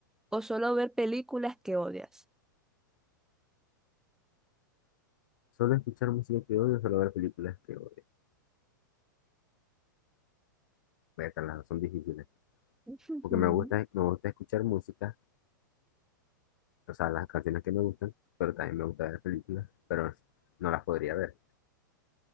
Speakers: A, in the centre; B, on the left.
A: o solo ver películas que odias?
B: Solo escuchar música que odio, solo ver películas que odio. Vete, las dos son difíciles.
A: <laughs>
B: Porque me gusta, me gusta escuchar música, o sea, las canciones que me gustan, pero también me gusta ver películas, pero no las podría ver.